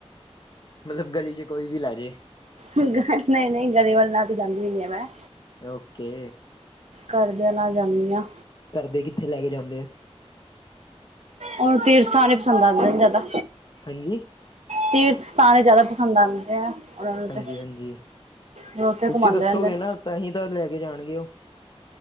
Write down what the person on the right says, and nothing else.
ਨਹੀਂ- ਨਹੀਂ ਗਲੀ ਵਾਲੇ ਨਾਲ ਤੇ ਜਾਂਦੀ ਨੀ ਆ ਮੈਂ।
ਘਰਦਿਆਂ ਨਾਲ ਜਾਂਦੀ ਹਾਂ।
ਉਹਨੂੰ ਤੀਰਥ ਸਥਾਨ ਹੀ ਪਸੰਦ ਆਦੇ ਨੇ ਜ਼ਿਆਦਾ।
ਤੀਰਥ ਸਥਾਨ ਹੀ ਜ਼ਿਆਦਾ ਪਸੰਦ ਆਉਂਦੇ ਆ। ਉਹਨਾਂ ਨੂੰ
ਤਾਂ ਉਹ ਉੱਥੇ
ਘਮਾਉਂਦੇ
ਰਹਿੰਦੇ ਨੇ।